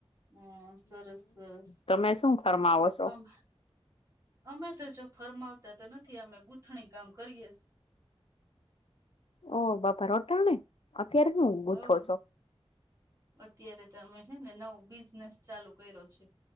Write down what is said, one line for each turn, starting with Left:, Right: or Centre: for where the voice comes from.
Right: હ સરસ સરસ
Left: તમે શું ફરમાવો છો
Right: આમ અમે તો જો ફરમાવતા તો નથી અમે ગૂંથણી કામ કરીએ.
Left: ઓહ બાપા અટાણે અત્યારે હું
Right: હવ
Left: ગુથો છો
Right: અત્યારે તો અમે છે ને નવું બિઝનેસ ચાલુ કર્યો છે.